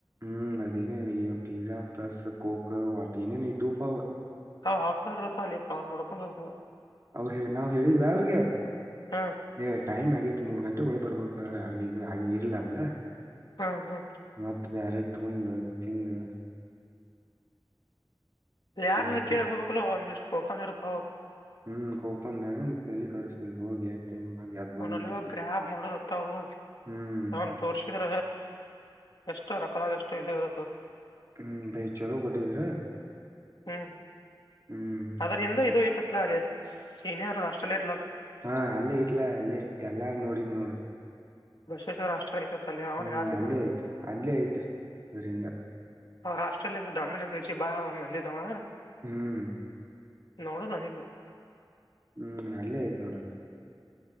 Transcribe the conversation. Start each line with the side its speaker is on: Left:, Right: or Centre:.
Right: ಹ್ಮ್ ಅದ ನ ಈ ಪಿಜಜಾ ಪ್ಲಸ್ ಕೊಕ್ <unintelligible>
Left: ಹ ಹಾಫ್ನ್ ಅವರ್ತ್ತ <unintelligible> ಅ ಅವೋಡ್ಕೊಂಡ
Right: ಅವ್ರ ನಾವ್ ಹೇಳಿದ್ವಾ ಅವ್ರಿಗೆ
Left: ಹ್ಮ್
Right: ಏ ಟೈಮ್ ಆಗಿತ್ತು ಮೂರ್ ಗಂಟೆ ಒಳೆ ಬರ್ಬೇಕ ಈಗ ಹಾಗೆ ಇರ್ಲ ಅಲ್ಲ
Left: ಹ್ಮ್ ಹ್ಮ್
Right: ಮತ್ತ ಬೇರೆ ಕತ್ಕೊಂಡ ತಿಿಂದ <unintelligible>
Left: ಇ ಯಾರನಾರ
Right: ಎದ್ದು
Left: ಕೇಳಕ್ ಹೋಗಬೇಕಲ ಒಂದಿಷ್ಟು ಕೋಪನ್ ಇರ್ತಾವ
Right: ಹ್ಮ್ ಕೋಪನ್ ತಲಿ ಕಡಸಲ್ ಹೋಗಿ ಎದ್ದ ಮಾಡಿ ಎದ್
Left: ಅವನಲ್ಲಿ
Right: ಬಂದ್ಬಿಟ್ಟಿ
Left: ಗ್ರ್ಯಾಬ್ ಮಾಡೋರ್ತಾವ
Right: ಹ್ಮ್
Left: ಅವನ್ ತೋರ್ಸಿದ್ರ ಎಷ್ಟು ರೊಕ್ಕದಾಗ ಎಷ್ಟು ಇ ಅದ
Right: ಹ್ಮ್ ಬೈ ಚಲೋ ಕೊಟ್ಟಿದ್ರ
Left: ಹ್ಮ್
Right: ಹ್ಮ್
Left: ಅದ್ರ
Right: ಮತ್ತ
Left: ಎಂದ ಇದು ಐತತ್ಲ ಅದೇ ಸೀನಿಯರ್ ಆಸ್ಟ್ರೇಲಿಯ
Right: ಹಾ ಅಲ್ಲೇ ಇಟ್ಲ ಅಲ್ಲಿೇ ಎಲ್ಲಾರು ನೋಡಿದ ನೋಡು
Left: <unintelligible> ಅಲ್ಲಿ ಅವ
Right: ಹ್ಮ್
Left: ಹೇಳತಿದ್ದ
Right: ಅಲ್ಲೇ ಐತೆ ಅಲ್ಲೇ ಐತೆ ಅದರಿಂದ
Left: ಹ ಆಸ್ಟ್ರೇಲಿಯಾ ೊಮಿನೋಸ್ಿ ಬಾ ಒನ್ ಮಂದಿ ತಮ್ಮ
Right: ಹ್ಮ್
Left: ನೋಡೋಣಡಿನ್ <unintelligible>
Right: ಹ್ಮ್ ಅಲ್ಲೇ ಆಯ್ತು ನೋಡವರು